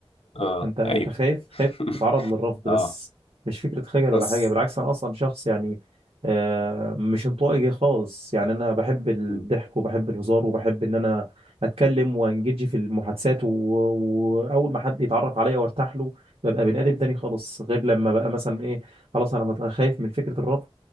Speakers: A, on the left; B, on the right.
A: اه
B: انت انت
A: ايوه
B: خايف خايف
A: <laughs>
B: تتعرض للرفض
A: اه
B: بس مش فكره خجل
A: بس
B: ولا حاجه بالعكس انا اصلا شخص يعني آه، مش انطوائي خالص يعني انا بحب الضحك
A: م-
B: وبحب الهزار وبحب ان انا اتكلم وانجدج في المحادثات و- واول ما حد يتعرف عليا وارتاح له ببقى بني ادم تاني خالص غير لما بقى مثلا ايه خلاص انا مت- خايف من فكره الرفض